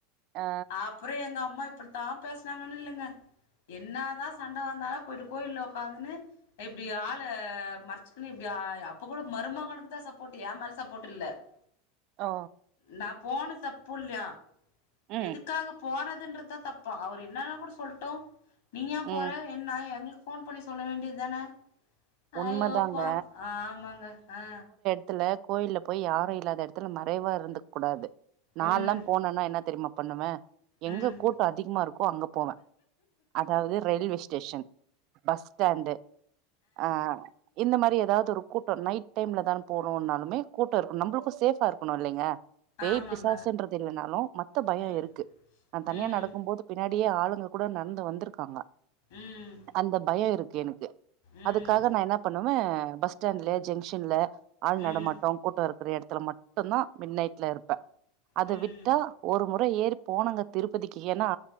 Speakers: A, on the right (about 45°); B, on the left (about 60°).
A: ஆ
B: அப்புரோ எங்க அம்மா இப்டித்தா பேசனாங்கன்னு இல்லைங்க என்ன தா சண்ட வந்தாலு போயிட்டு கோயிலில ஒட்காந்துன்னு இப்டி ஆள மறைச்சுக்குணு இப்டி அப்ப கூட மருமகனுக்கு தா சப்போர்ட் எ மேல சப்போர்ட் இல்ல <unintelligible>
A: ஓ
B: நா போன தப்பு இல்லையா
A: ம்
B: எதுக்காக போனதுன்றதா தப்பா அவர் என்னா கூட சொல்ட்டூ நீ ஏ
A: ம்
B: போற என்ன எங்களுக்கு போன் பண்ணி சொல்ல வேண்டியது தான
A: உண்மதாங்க
B: அய்யோபா ஆமாங்க ஆ
A: இத்துல கோயில்ல போய் யாரு இல்லாத எடத்துல மறைவா இருந்துக் கூடாது நான்ல்லா
B: ம்
A: போனான்னா என்ன தெரியுமா பண்ணுவே எங்க
B: ம்
A: கூட்டூ அதிகமா இருக்கோ அங்க போவே அதாவது ரயில்வே ஸ்டேஷன் பஸ் ஸ்டாண்ட்டு ஆ இந்த மாரி ஏதாவது ஒரு கூட்டம் நைட் டைம்ல தா போணும்ன்னாலுமே கூட்டோ இருகுணு நம்மளுக்கு சேஃபா இருக்கணு இல்லீங்க பேய்
B: ஆமாங்க
A: பிசாசுன்றது இல்லனாலு மத்த பயோ
B: ம்
A: இருக்கு நா தனியா
B: ம்
A: நடக்கும்போது பின்னாடியே ஆளுங்க கூட நட்ந்து வந்துருக்காங்க
B: ம்
A: அந்த பயோ இருக்கு எனக்கு
B: ம்
A: அதுக்காக நா என்னா பண்ணுவ பஸ் ஸ்டாண்ட்ல ஜெங்ஷன்ல ஆள் நடமாட்டோ
B: ம்
A: கூட்டோ இருக் குறு எடத்துல மட்டுந்தா மின் நைட்ல இருப்ப அத
B: ம்
A: விட்டா ஒரு முற ஏறு போனாங்க திருப்பதிக்கி ஏன்னா